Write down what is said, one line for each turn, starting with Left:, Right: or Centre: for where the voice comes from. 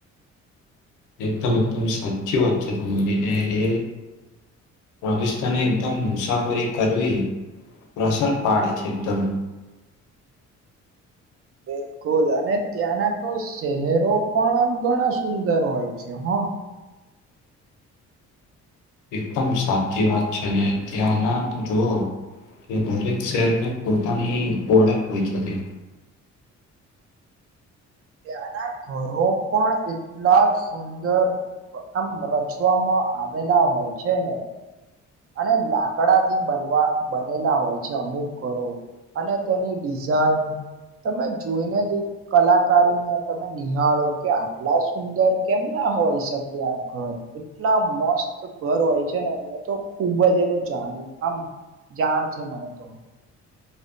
Left: એક્દમદમ સાચ વાચ તમામલીનેરે પાકિસ્તાને એકદમ મુસાફરી કરવી પ્રસર પાડે છે એકદમ.
Right: બ <unintelligible> બલકુલ અને ત્યાંના તો શહેરો પણ આમ ઘણા સુંદર હોય છે હ.
Left: એકદમ સાચી વાત છે ને ધ્યા ના જોઓ કે દરેક શહેરને પોતાની પ્રોડક્ટ હોયતી
Right: ત્યાંના ઘરો પણ એટલા સુંદર મ રચવામાં આવેલા હોય છે ને. અને લાકડાથી બનવા બનેલા હોય છે અમુક ઘરો. અને તેની ડિઝાઇન તમે જોઈને જ એક કલાકારીને તમે નિહાળો કે આટલા સુંદર કેમ ના હોય શકે આ ઘર એટલા મસ્ત ઘર હોય છે ને એમને તો ઉબજ એનું જાણ્યું આમ જાણ છે મને તો.